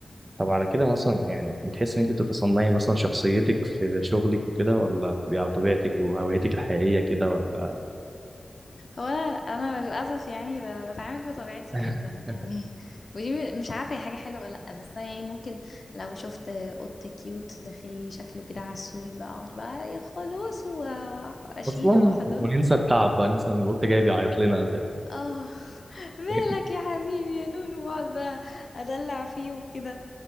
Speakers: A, on the right; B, on the left.
A: طب على كده مثلا يعني بتحس إن أنت بتتصنعي مثلا شخصيتك في شغلك وكده ولا بتبقي على طبيعتك وهويتك الحقيقية كده ولا
B: هو انا انا للاسف يعني ب- بتعامل بطبيعتي
A: <laughs>
B: جدا يعني <laughs> ودي م- مش عارفة هي حاجة حلوة ولا لا بس انا يعني ممكن لو شفت قط كيوت داخل لي شكله كده عسول بقعد بقى ايه خلاص واشيله
A: أصلا
B: واحضنه
A: وننسى التعب بقى ننسى إن القط جاي بيعيط لنا أساسا
B: اه <laughs> مالك
A: <laughs>
B: يا حبيبي يا نونو واقعد بقى ادلع فيه وكده